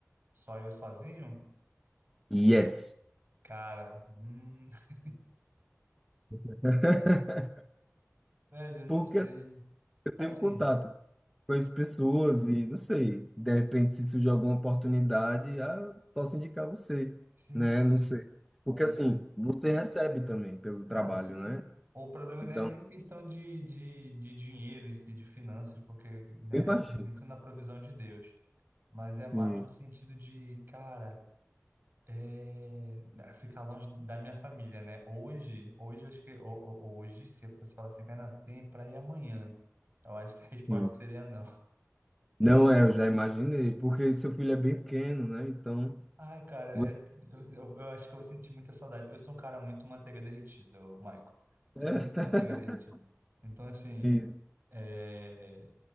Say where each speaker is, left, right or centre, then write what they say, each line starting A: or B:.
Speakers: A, on the right; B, in the centre.
A: só eu sozinho?
B: Yes.
A: Cara, hum, <laughs>
B: <laughs>
A: velho, eu não
B: Porque
A: sei.
B: assim, eu tenho
A: Assim,
B: contato. conheço pessoas e não sei, de repente se surgir alguma oportunidade, ah, eu posso indicar você,
A: sim,
B: né?
A: sim.
B: Não sei. Porque
A: É
B: assim,
A: assim,
B: você recebe também pelo trabalho,
A: Não, sim.
B: né?
A: O problema
B: Então,
A: não é nem questão de, de, de dinheiro em si, de finanças, porque, né,
B: eu imagino.
A: eu creio muito na provisão de Deus, mas
B: Sim.
A: é mais no sentido de, cara, é, né, ficar longe da minha família, né? Hoje, hoje, eu acho que, ho- ho- hoje, se eu fosse falar assim, cara, tem pra ir amanhã, eu acho que a <laughs> resposta
B: sim.
A: seria não.
B: Não é, eu já imaginei, porque seu filho é bem pequeno, né? Então,
A: Ah, cara,
B: você...
A: é- eu, eu, eu acho que eu vou sentir muita saudade. Eu sou um cara muito manteiga derretida, ô, Michael.
B: é. <laughs>
A: Sou muito manteiga derretida. Então, assim.
B: Sim,
A: é,